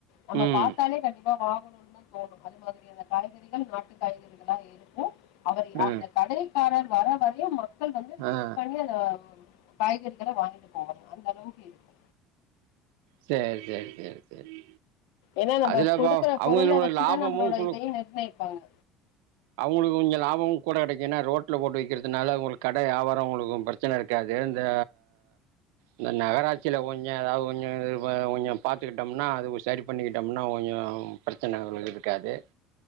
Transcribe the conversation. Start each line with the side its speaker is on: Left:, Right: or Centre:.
Left: நம்ம
Right: ம்
Left: பாத்தாலே கண்டிப்பா ரொம்ப வாங்கணுனே தோணு அது மாதிரியேதா காய்கறிகள் நாட்டு காய்கறிகளா இருக்கு அவர் அந்த
Right: ஆ
Left: கடைக்காரர் வர வரையு மக்கள் வந்து வெயிட்
Right: ஆ
Left: பண்ணி அத ம் காய்கறிகள வாங்கிட்டு போவாங்க அந்த அளவுக்கு இருக்கு
Right: செரி செரி செரி செரி
Left: ஏன்னா நம்ம
Right: அதுலப்போ
Left: கொடுக்குற
Right: அவங்ககிட்ட
Left: பொருளை வச்சுதான்
Right: லாபமு
Left: நம்மளோட
Right: குடுக்கு
Left: இதையும் நிர்ணயிப்பாங்க
Right: அவங்களுக்கு கொஞ்சு லாபமு கூட கெடைக்கு ஏன்னா ரோட்ல போட்டு வெக்கிறதுனால உங்களுக்கு கடே வியாபாரோ உங்களுக்கு பிரச்சனே இருக்காது தெந்த இந்த நகராட்சியில கொஞ்சு ஏதாவது கொஞ்சு கொஞ்சு பாத்துக்கிட்டோம்னா அது சரி பண்ணிக்கிட்டோம்னா ஒயோ நா பிரச்சனே அவங்களுக்கு இருக்காது